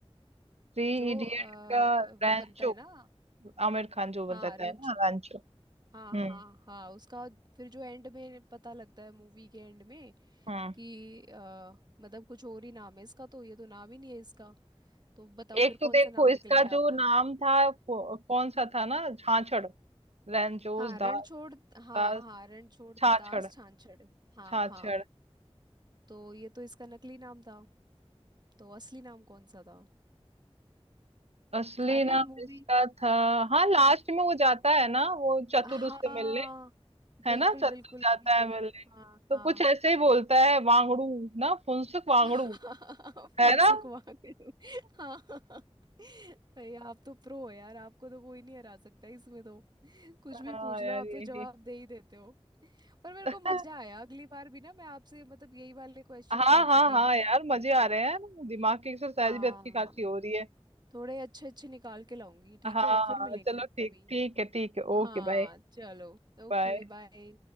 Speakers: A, on the right (about 75°); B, on the right (about 40°).
A: थ्री
B: जो
A: इडियट
B: अ,
A: का रैंचो
B: वो बनता है ना
A: आमिर खान जो बन
B: हाँ
A: रहता
B: रेंचो
A: है ना रैंचो हम्म
B: हाँ हाँ हाँ उसका फिर जो एंड में पता लगता है मूवी के एंड में
A: हम्म
B: कि अ, मतलब कुछ और ही नाम है इसका तो ये तो नाम ही नहीं है इसका तो बताओ
A: एक
B: फिर
A: तो
B: कौन
A: देखो
B: सा नाम
A: इसका
B: निकल के आता
A: जो
B: है
A: नाम था कौ- कौन सा था ना छाछड़ रैंचोज
B: हाँ रणछोड़
A: दास
B: हाँ
A: दास
B: हाँ रणछोड़
A: छाछड़
B: दास छाछड़ हाँ
A: छाछड़
B: हाँ तो ये तो इसका नकली नाम था तो असली नाम कौन सा था
A: असली
B: अरे
A: नाम
B: मूवी
A: इसका था हाँ लास्ट में वो जाता है ना वो चतुर
B: हाँ
A: उससे मिलने
B: बिल्कुल
A: है ना चतुर
B: बिल्कुल
A: जाता
B: वही
A: है
B: वही
A: मिलने
B: हाँ
A: तो
B: हाँ
A: कुछ ऐसे ही बोलता है वांगड़ू ना फुनसुक वांगड़ू
B: <laughs> फुनसुक
A: है ना
B: वाकड़ू हाँ भाई आप तो प्रो हो यार आपको तो कोई नहीं हरा सकता इसमें तो कुछ भी
A: हाँ
B: पूछ
A: यार
B: लो आप
A: यही
B: तो जवाब दे ही देते हो पर मेरे
A: <laughs>
B: को मजा आया अगली बार भी ना मैं आपसे मतलब यही वाले क्वेश्चंस
A: हाँ
B: पूछूंगी
A: हाँ हाँ
B: बोलने
A: यार मजे
B: के।
A: आ रहे हैं ना, दिमाग की एक्सरसाइज
B: हाँ
A: भी अच्छी खासी हो रही है
B: थोड़े अच्छे अच्छे निकाल के लाऊंगी ठीक
A: हाँ
B: है फिर
A: हाँ
B: मिलेंगे
A: चलो
B: हम
A: ठीक
B: कभी
A: ठीक है ठीक है ओके
B: हाँ
A: बाय
B: चलो ओके
A: बाय
B: बाय